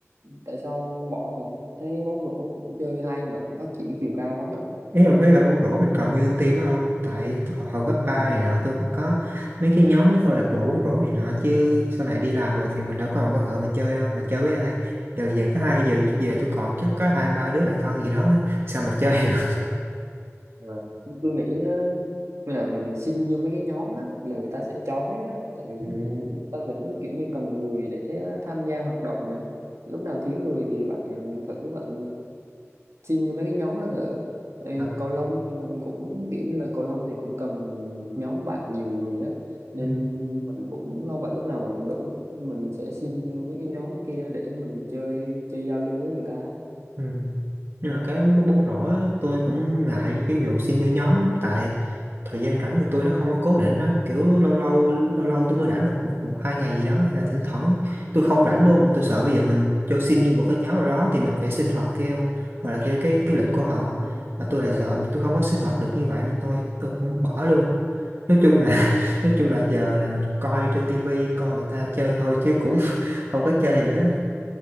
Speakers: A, on the right (about 75°); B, on the right (about 50°).
A: tại sao ông bỏ rồi? Thấy bóng rổ cũng chơi hay mà cũng phát triển chiều cao lắm á.
B: ý là ý là bóng rổ mình còn nguyên team đó không tại tôi- hồi, hồi cấp ba
A: Ừ.
B: này nọ tôi còn có mấy cái nhóm mấy câu lạc bộ bóng rổ này nọ chứ sau này đi làm rồi thì mình đâu còn cơ hội mình chơi đâu mình chơi với ai giờ giờ có hai giờ về tôi còn chắc có hai ba đứa bạn thân gì đó á, sao mà chơi
A: Ờ,
B: được
A: ờ. Nhưng Tôi nghĩ á, là mình xin vô mấy cái nhóm á là người ta sẽ cho hết á. Tại vì
B: <laughs>
A: ta cũng kiểu như cần người để tham gia hoạt động này. Lúc nào thiếu người thì bạn thử bạn xin cho mấy cái nhóm đó thử tại vì
B: ừ.
A: cầu lông thì mình cũng kiểu như là cầu lông thì cũng cần một nhóm bạn nhiều người á nên
B: Ừ.
A: mình cũng không phải lúc nào mình cũng đủ Nên mình sẽ xin vô mấy cái nhóm kia để mình chơi chơi giao lưu với người ta
B: Ừ. Nhưng mà cái bóng rổ á, tôi cũng ngại cái vụ xin vô nhóm lắm tại thời gian rảnh của tôi nó không có cố định á kiểu lâu lâu lâu lâu tôi mới rảnh được một một hai ngày gì đó hay là thỉnh thoảng tôi không rảnh luôn mà tôi sợ bây giờ mình cho xin vô một cái nhóm nào đó thì mình phải sinh hoạt theo hoặc là theo cái cái lịch của họ
A: ờ đúng
B: mà tôi lại
A: rồi.
B: sợ tôi không có sinh hoạt được như vậy nên thôi tôi cũng bỏ luôn nói chung là <laughs> nói chung là giờ là mình coi trên tivi coi người ta chơi thôi chứ cũng <laughs> không có chơi nữa